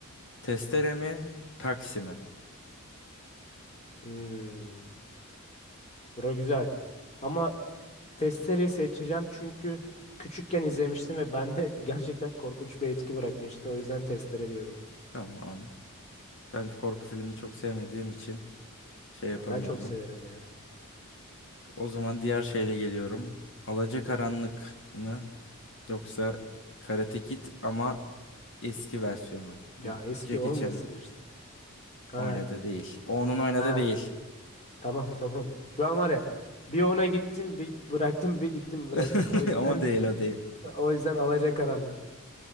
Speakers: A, on the left; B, on the left.
A: Testere mi taksi mi?
B: Hmm, bura güzel. Ama Testere'yi seçeceğim çünkü küçükken izlemiştim ve bende <laughs> gerçekten korkunç bir etki bırakmıştı. O yüzden Testere diyorum.
A: Tamam. Ben korku filmi çok sevmediğim için şey
B: Ha,
A: yapamıyorum.
B: ben çok severim ya.
A: O zaman diğer şeyle geliyorum. Alacakaranlık mı? Yoksa Karate Kid ama eski versiyonu. Bu
B: Ya eski
A: Jackie
B: olmasın
A: Chan'ın
B: işte. Ha,
A: oynadığı değil. O onun oynadığı
B: ha.
A: değil.
B: Tamam <laughs> tamam. Şu an var ya bir ona gittim bir bıraktım bir gittim bıraktım.
A: <laughs>
B: O yüzden
A: Ama değil
B: <laughs>
A: o değil.
B: o yüzden alacakaranlık.